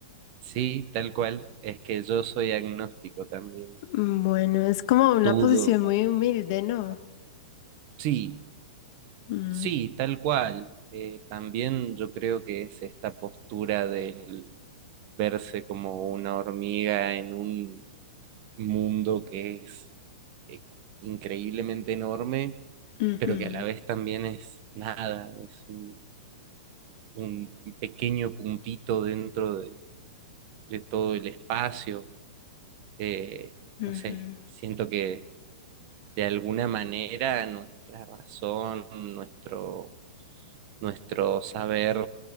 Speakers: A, on the right; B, on the left.
A: Sí, tal cual. Es que yo soy agnóstico también.
B: Mm, Bueno, es como una
A: Dudo.
B: posición muy humilde, ¿no?
A: Sí,
B: Mm,
A: sí, tal cual. Eh, también yo creo que es esta postura del verse como una hormiga en un mundo que es eh, increíblemente enorme,
B: Ujú,
A: pero que a la vez también es nada, es un, un pequeño puntito dentro de, de todo el espacio. Eh,
B: ujú.
A: no sé, siento que de alguna manera nuestra razón, nuestro, nuestro saber